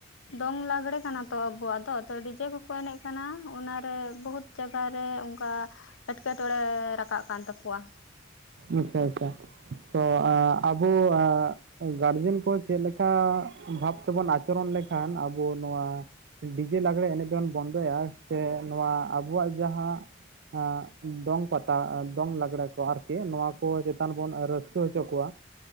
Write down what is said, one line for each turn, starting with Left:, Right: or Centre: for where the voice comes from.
Left: ᱫᱚᱝ ᱞᱟᱜᱽᱲᱮ ᱠᱟᱱᱟ ᱛᱚ ᱟᱵᱚᱣᱟᱜ ᱫᱚ ᱛᱚ ᱰᱤᱡᱮ ᱠᱚᱠᱚ ᱮᱱᱮᱡ ᱠᱟᱱᱟ, ᱚᱱᱟᱨᱮ ᱵᱩᱦᱩᱛ ᱡᱟᱜᱟ ᱨᱮ ᱚᱝᱠᱟ ᱮᱴᱠᱮᱴᱚᱬᱮᱻ ᱨᱟᱠ ᱠᱟᱜ ᱠᱟᱱ ᱛᱟᱠᱚᱣᱟ᱾
Right: ᱟᱪᱪᱷᱟ ᱟᱪᱪᱷᱟ ᱛᱚ ᱟᱸᱜ ᱟᱵᱚᱣᱟᱜ ᱜᱟᱨᱡᱮᱱ ᱠᱚ ᱪᱮᱫ ᱞᱮᱠᱟᱻ ᱵᱷᱟᱵᱽ ᱛᱮᱵᱚᱱ ᱟᱪᱚᱨᱚᱱ ᱞᱮᱠᱷᱟᱱ ᱟ ᱵᱚ ᱱᱚᱣᱟ ᱰᱤᱡᱮ ᱞᱟᱜᱽᱲᱮ ᱮᱱᱮᱡ ᱫᱚᱱ ᱵᱚᱱᱫᱚᱭᱟ, ᱥᱮ ᱱᱚᱣᱟ ᱟᱵᱚᱣᱟᱜ ᱡᱟᱦᱟᱸ ᱦᱮᱸᱜ ᱫᱚᱝ ᱯᱟᱛᱟ ᱫᱚᱝ ᱞᱟᱜᱽᱲᱮ ᱠᱚ ᱟᱨᱠᱤ ᱱᱚᱣᱟ ᱠᱚ ᱪᱮᱛᱟᱱ ᱵᱚᱱ ᱨᱟᱹᱥᱠᱟᱹ ᱦᱚᱪᱚ ᱠᱚᱣᱟ᱾